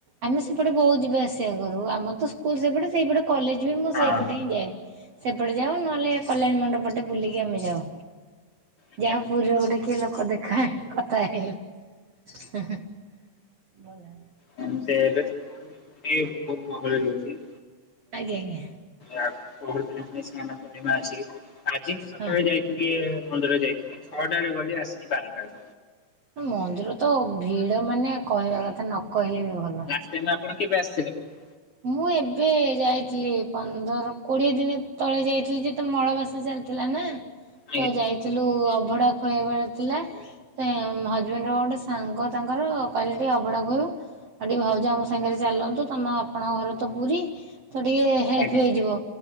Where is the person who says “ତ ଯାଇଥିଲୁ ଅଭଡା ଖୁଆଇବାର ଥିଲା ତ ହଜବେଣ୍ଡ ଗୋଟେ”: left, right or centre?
Right